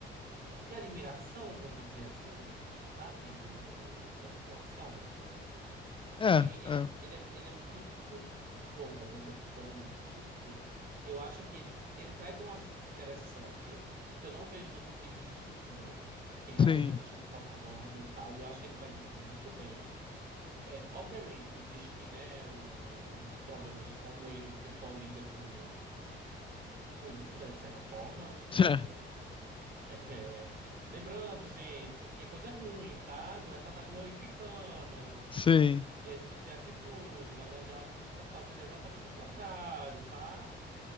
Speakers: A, on the right (about 50°); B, on the left (about 25°).
A: de admiração, vamos dizer assim, sabe? Do, da situação.
B: É,
A: Porque ele,
B: é,
A: ele, é- ele é muito bom, ele é muito bom nisso. Tipo, eu acho que ele, ele traz um assunto interessante que eu não vejo os outros livros discutindo, que é realmente
B: sim.
A: a questão de propaganda e tal. E eu acho que ele faz isso muito bem. É, obviamente, existe, né, o- os problemas de como ele, o pessoal lida com, com isso, né, de certa forma. Tipo
B: É,
A: assim, <laughs> é, lembrando, gente, isso aqui é coisa ruim, tá? Não é pra estar glorificando
B: sim,
A: esse tipo de atitude. Na verdade, o que a gente tá fazendo é exatamente o contrário, tá?